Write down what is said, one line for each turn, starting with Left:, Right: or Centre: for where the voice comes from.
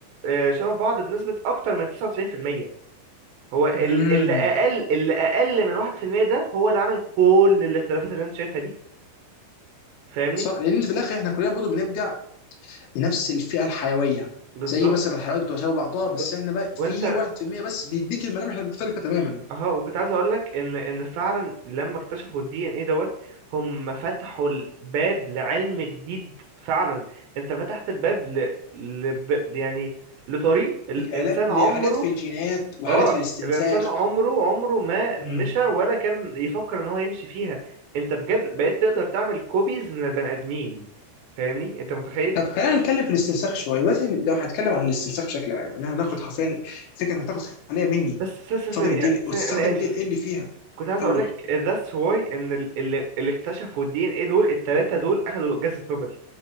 Right: آه، شبه بعض بنسبه اكتر من 99% هو ال-
Left: مم.
Right: اللي اقل اللي اقل من 1% ده هو اللي عمل كل الاختلافات اللي انت شايفها دي فاهمني
Left: صح لان في الاخر احنا كلنا برضه بنرجع لنفس الفئه الحيويه
Right: بالظبط
Left: زي مثلا الحيوانات بتبقى شبه بعضها
Right: بالظبط
Left: بس احنا بقى في
Right: وانت
Left: 1% بس بيديك الملامح المختلفه تماما
Right: اه وكنت عايز اقول لك ان ان فعلا لما اكتشفوا الدي ان ايه دوت هم فتحوا الباب لعلم جديد فعلا انت فتحت الباب ل... ل... يعني لطريق الانسان
Left: الاعلام لحاجات
Right: عمره
Left: في الجينات وحاجات
Right: اه
Left: في الاستنساخ
Right: الانسان عمره عمره ما
Left: مم.
Right: مشى ولا كان يفكر ان هو يمشي فيها انت بجد بقيت تقدر تعمل كوبيز من البني ادمين فاهمني انت متخيل
Left: طب خلينا نتكلم في الاستنساخ شويه دلوقتي لو هنتكلم عن الاستنساخ بشكل عام ان احنا هناخد
Right: مم.
Left: حرفيا فكره انك تاخد خليه مني
Right: بس س- س- ثانية
Left: تستخدم الدين إيه؟ وتستخدم
Right: ثانية انا
Left: الدين
Right: اسف
Left: ايه اللي فيها
Right: كنت عايز
Left: اول
Right: اقول لك that's why ان ال- اللي, اللي اكتشفوا الدي ان ايه دول التلاتة دول اخدوا جائزة نوبل